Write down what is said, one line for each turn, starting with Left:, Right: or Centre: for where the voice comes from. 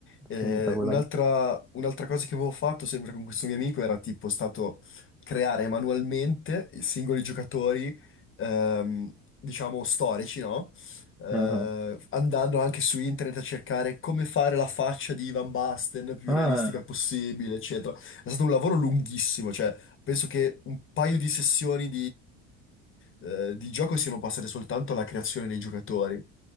Left: Eh,
Centre: Finita quella...
Left: un'altra un'altra cosa che avevo fatto sempre con questo mio amico era tipo stato creare manualmente i singoli giocatori, ehm, diciamo, storici, no? Eh,
Centre: Ah,
Left: andando anche su internet a cercare come fare la faccia di Van Basten più
Centre: ah.
Left: realistica possibile, eccetera. È stato un lavoro lunghissimo, cioè penso che un paio di sessioni eh, di gioco siano passate soltanto alla creazione dei giocatori.